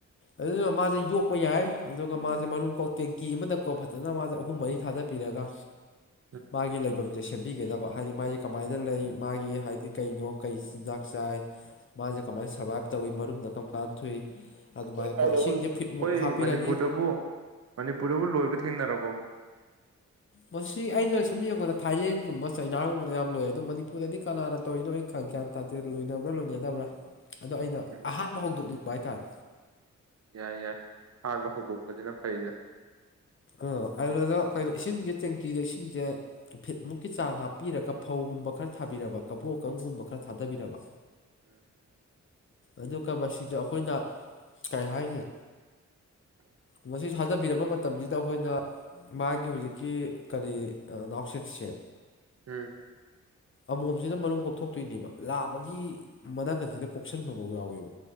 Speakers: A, on the left; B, on the right.
A: ꯑꯗꯨꯗꯣ ꯃꯥꯁꯦ ꯌꯣꯛꯄ ꯌꯥꯏ ꯑꯗꯨꯒ ꯃꯥꯁꯦ ꯃꯔꯨꯝ ꯀꯣꯛ ꯇꯦꯡꯀꯤ ꯑꯃꯗ ꯀꯣ ꯐꯖꯅ ꯃꯥꯁꯦ ꯑꯍꯨꯝ ꯃꯔꯤ ꯊꯥꯗꯕꯤꯔꯒ
B: <inaudible>
A: ꯃꯥꯒꯤ ꯂꯩꯐꯝꯁꯦ ꯁꯦ ꯁꯦꯝꯕꯤꯒꯗꯕ ꯍꯥꯏꯗꯤ ꯃꯥꯁꯦ ꯀꯃꯥꯏꯅ ꯂꯩ ꯃꯥꯒꯤ ꯍꯥꯏꯗꯤ ꯀꯩꯅꯣ ꯀꯩ ꯆꯤꯟꯖꯥꯛ ꯆꯥꯏ ꯃꯥꯁꯦ ꯀꯃꯥꯏꯅ ꯁꯔꯕꯥꯥꯏꯞ ꯇꯧꯏ ꯃꯔꯨꯝꯅ ꯀꯔꯝ ꯀꯥꯟ ꯊꯣꯛꯏ ꯑꯗꯨꯃꯥꯏꯅꯀꯣ
B: ꯈꯣꯏ ꯁ꯭ꯋꯥꯏꯗꯕꯨ
A: ꯏꯁꯤꯡꯁꯦ
B: ꯑꯩꯈꯣꯏ
A: ꯐꯤꯠꯃꯨꯛ ꯍꯥꯞꯄꯤꯔꯅꯤ
B: ꯃꯅꯤꯄꯨꯔꯗꯕꯨ ꯃꯅꯤꯄꯨꯔꯗꯕꯨ ꯂꯣꯏꯕ ꯊꯦꯡꯅꯔꯕꯣ
A: ꯃꯁꯤ ꯑꯩꯅ ꯁꯨꯝ ꯌꯦꯡꯕꯗ ꯊꯥꯏꯂꯦꯟꯒꯨꯝꯕ ꯆꯩꯅꯥꯒꯨꯝꯕꯗ ꯌꯥꯝ ꯂꯣꯏ ꯑꯗꯨ ꯃꯅꯤꯄꯨꯔꯗꯗꯤ ꯀꯅꯥꯅ ꯇꯧꯔꯤꯅꯣ ꯑꯩ ꯈꯪ ꯒ꯭ꯌꯥꯟ ꯇꯥꯗꯦ ꯂꯣꯏꯅꯕ꯭ꯔꯥ ꯂꯣꯏꯅꯅꯕ꯭ꯔꯥ ꯑꯗꯣ ꯑꯩꯅ
B: ꯎꯝ
A: ꯑꯍꯥꯟꯕ ꯍꯧꯗꯣꯛꯅꯤꯡꯕ ꯍꯥꯏꯇꯥꯔꯦ
B: ꯌꯥꯏ ꯌꯥꯏ ꯑꯍꯥꯟꯕ ꯍꯧꯗꯣꯛꯄꯖꯤꯅ ꯐꯩꯗ
A: ꯑꯣ ꯑꯗꯨꯗ ꯀꯩꯅꯣ ꯏꯁꯤꯡꯁꯦ ꯇꯦꯡꯀꯤꯗ ꯏꯁꯤꯡꯁꯦ ꯐꯤꯠꯃꯨꯛꯀꯤ ꯆꯥꯡ ꯍꯥꯞꯄꯤꯔꯒ ꯐꯧꯒꯨꯝꯕ ꯈꯔ ꯊꯥꯕꯤꯔꯕ ꯀꯕꯣ ꯀꯪꯒꯨꯝꯕ ꯈꯔ ꯊꯥꯗꯕꯤꯔꯕ
B: ꯎꯝ
A: ꯑꯗꯨꯒ ꯃꯁꯤꯗ ꯑꯩꯈꯣꯏꯅ ꯀꯩ ꯍꯥꯏꯅꯤ ꯃꯁꯤ ꯊꯥꯗꯕꯤꯔꯕ ꯃꯇꯝꯖꯤꯗ ꯑꯩꯈꯣꯏꯅ ꯃꯥꯒꯤ ꯍꯧꯖꯤꯛꯀꯤ ꯀꯔꯤ ꯅꯥꯎꯁꯦꯛꯁꯦ
B: ꯎꯝ
A: ꯑꯃꯣꯝꯁꯤꯅ ꯃꯔꯨꯝ ꯀꯣꯛꯊꯣꯛꯇꯨꯏꯅꯦꯕ ꯂꯥꯕꯒꯤ ꯃꯅꯒꯟꯁꯤꯅ ꯀꯣꯛ ꯁꯟꯕꯐꯧ ꯌꯥꯎꯋꯦꯕ